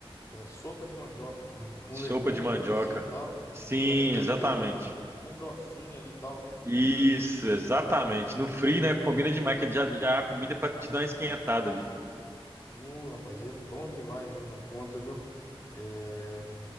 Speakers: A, on the left; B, on the right.
A: é sopa de mandioca com, com
B: Sopa
A: legumes
B: de mandioca.
A: assim e tal,
B: Sim,
A: que ela fica
B: exatamente.
A: bem, bem grossinha ali e tal, né?
B: Isso, exatamente. No frio, né? Combina demais, que já, já a comida é pra te dar uma esquentada ali.
A: No, rapaz, é bom demais mesmo da conta, viu? É,